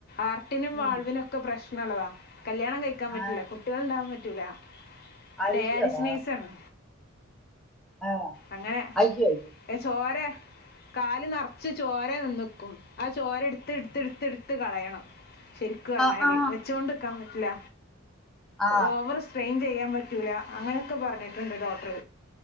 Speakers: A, on the left; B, in the centre.
A: ആർട്ടിനും
B: ഉം
A: വാൾവിനൊക്കെ പ്രശ്നമളതാണ് കല്യാണം കഴിക്കാൻ പറ്റൂല്ല
B: ആ
A: കുട്ടികൾ ഉണ്ടാകൻ പറ്റൂല അതേ
B: അയ്യോടാ
A: അരിശിനൈസ ആണ്
B: ആ
A: അങ്ങനെ
B: അയ്യോ അയ്യോ
A: ഏ ചോരെ കാല നടർത്ത ച്ച് ചോര നിന്നക്കും ആ ചോര എടുത്ത്ടുത്ത്ടുത്തിടുത്ത് കളയണം ശരിക്കു പറഞ്ഞാല്
B: ആ ആ
A: വെച്ചൊണ്ട്ക്കാൻ പറ്റില്ല
B: ആ
A: ഓവർ സ്ട്രാൻ ചെയ്യാൻ പറ്റൂല അങ്ങനെയൊക്കെ പറഞ്ഞിട്ടുണ്ട് ഡോക്ടർ